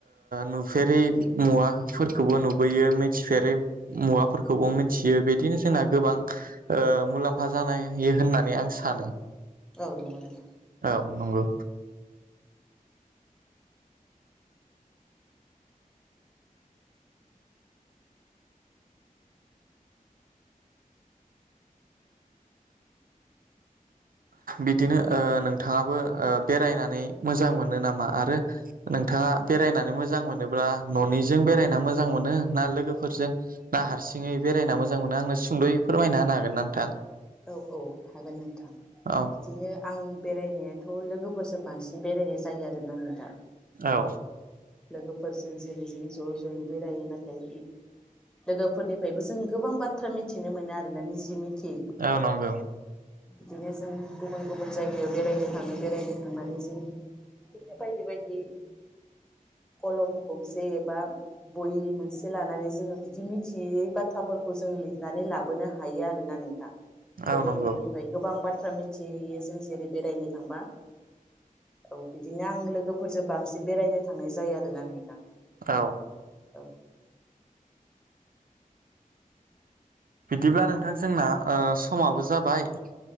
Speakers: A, on the right (about 80°); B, in the centre.
A: नुफेरै मुवाफोरखौबो नुबोयो मिथिफेरै मुवा फोरखौबो मिथियो बिदिनो जोंना गोबां मुलाम्फा जानाययो होननानै आं सानो
B: औ नंगौ नंगौ
A: नांगौ बिदिनो ओ नोंथाङाबो ओ बेरायनानै मोजां मोनो नामा आरो नोंथाङा बेरायनानै मोजां मोनोब्ला न'निजों बेरायना मोजां मोनो ना लोगोफोरजों ना हारसिङै बेरायना मोजां मोनो आंनो सुंद'यै फोरमायना होनो हागोन ना नोंथां
B: औ औ हागोन नोंथां
A: औ
B: बिदिनो आं बेरायनायाथ' लोगोफोरजों बांसिन बेरायनाय जायो आरोना नोंथां
A: औ
B: लोगोफोरजों जेरै जों ज' ज'यै बेरायो नाथाय लोगोफोरनिफ्रायबो जों गोबां बाथ्रा मिथिनो मोनो आरोना निजि मिथियि
A: औ नंगौ
B: बिदिनो जों गुबुन गुबुन जायगायाव बेरायनो थाङो बेरायनो थांनानै जों बिदिनो बायदि बायदि कलम गंसे एबा बयि मोनसे लानानै जोङो बिदि मिथियै बाथ्राफोरखौ जों लिरनानै लाबोनो हायो आरोना नोंथां
A: औ
B: लोगोफोरनिफ्राय
A: नंगौ
B: गोबां बाथ थ्रा मिथियो जों जेरै बेरायनो थांबा औ बिदिनो आं लोगोफोरजों बांसिन बेरायनो थांनाय जायो आरोना नोंथां
A: औ
B: औ
A: बिदिब्ला नोंथां जोंना ओ समाबो जाबाय